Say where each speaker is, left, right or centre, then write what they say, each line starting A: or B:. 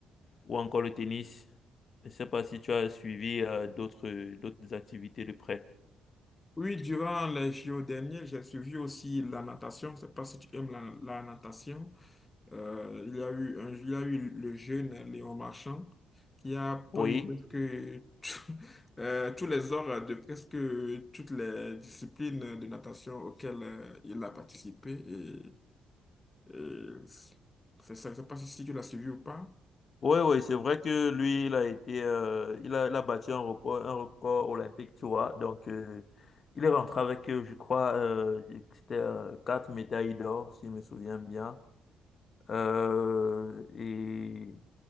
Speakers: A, on the left; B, on the left.
A: ou encore le tennis? Je ne sais pas si tu as suivi euh, d'autres d'autres activités de près.
B: Oui, durant les JO derniers, j'ai suivi aussi la natation. Je ne sais pas si tu aimes la, la natation. Euh, il y a eu un, il y a eu le jeune Léon Marchand qui a
A: Oui.
B: pris presque tout- <laughs> euh, tous les ors de presque toutes les disciplines de natation auxquelles euh, il a participé. Et Euh, c'est ça, je ne sais pas si si tu l'as suivi ou pas.
A: Oui, oui, c'est vrai que lui, il a été, euh, il a, il a battu un record, un record olympique, tu vois. Donc, euh, il est rentré avec, euh, je crois, euh, c'était euh, quatre médailles d'or, si je me souviens bien. Euh, et,